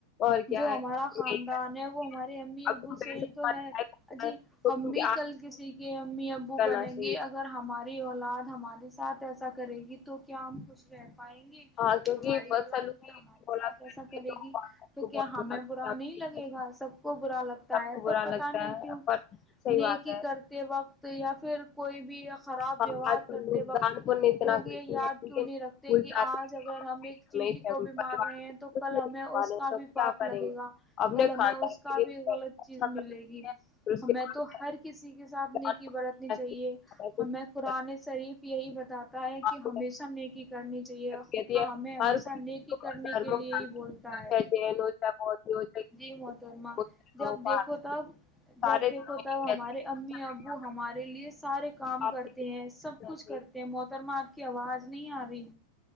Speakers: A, on the left; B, in the centre.
A: اور کیا
B: جو ہمارا
A: ہے
B: خاندان
A: نہیں کر سکتے۔
B: ہے وہ ہمارے امی ابو
A: اب تم پیسے
B: سے ہی
A: کمانا
B: تو ہے جی ہم بھی کل ک کہ امی ابو
A: کرنا
B: بنیں
A: چاہیے
B: گے اگر ہمارے اولاد ہمارے ساتھ ایسا کرے گی تو کیا ہم خوش رہتے پائیں گے
A: ہاں کیونکہ
B: ہماری
A: بد
B: اولاد
A: سلوکی
B: اگر ہمارے
A: اولاد
B: ساتھ ایسا
A: کرتی
B: کرے
A: ہے تو ماں
B: گی
A: باپ
B: تو
A: کو
B: کیا
A: بہت
B: ہمیں
A: لگتا
B: برا نہیں
A: ہے
B: لگے گا سب کو برا لگتا
A: سب
B: ہے
A: کو
B: پر
A: برا
B: پتا
A: لگتا
B: نہیں
A: ہے
B: کیوں
A: پر صحیح
B: نیک
A: بات ہے
B: کر یا پھر کوئی بھی خراب
A: ہم
B: ویوہار
A: آج کل
B: کرتے
A: لوگ
B: وقت
A: دان پن اتنا
B: لوگ
A: کرتے
B: یہ یاد
A: ہیں
B: کیوں
A: لیکن
B: نہیں رکھتے
A: بھول
B: کہ
A: جاتے
B: آج
A: ہیں
B: اگر
A: کہ ہمیں
B: ہم ایک چینٹی
A: ہمیں فیملی
B: کو بھی
A: پریوار
B: مار رہے
A: کچھ
B: ہیں تو کل
A: نہیں
B: ہمیں
A: کر
B: اس
A: پا رہے
B: کا
A: ہیں تو
B: بھی پاپ
A: کیا کریں
B: لگے
A: گے
B: گا
A: اپنے
B: کل ہمیں
A: خاندان
B: اس کا
A: کے لیے
B: بھی
A: پہلے
B: غلط چیز
A: اچھا کر
B: ملے
A: سکتے
B: گی
A: ہیں پھر اس
B: ہمیں
A: کے بعد
B: تو ہر کسی کے ساتھ
A: میں
B: نیکی برتنی
A: دان
B: چاہیے
A: پن
B: ہمیں پررن شریف یہی بتاتا
A: آپ
B: کہ
A: کو
B: ہمیشہ نیکی کرنی چاہیے ہاں
A: کہتی ہے
B: ہمیں ہمیشہ
A: ہر کوئی
B: نیکی
A: دھرم
B: کرنے کے لئے
A: چاہے
B: ہی بولتا ہے
A: جین ہو چاہے بودھ ہو چاہے
B: جی محترما
A: مسلم
B: جب
A: ہو
B: دیکھو
A: پارسی
B: تب
A: ہو
B: جب
A: سارے دھرم
B: دیکھو تب
A: یہی کہتے
B: ہمارے
A: ہیں کہ
B: امی
A: سب سے پہلے
B: ابو
A: ہمیں
B: ہمارے لیے سارے کام
A: آپ
B: کرتے
A: کرنا
B: ہیں سب کچھ
A: چاہیے
B: کرتے ہیں محترما آپ کے کہ آواز نہیں آ رہی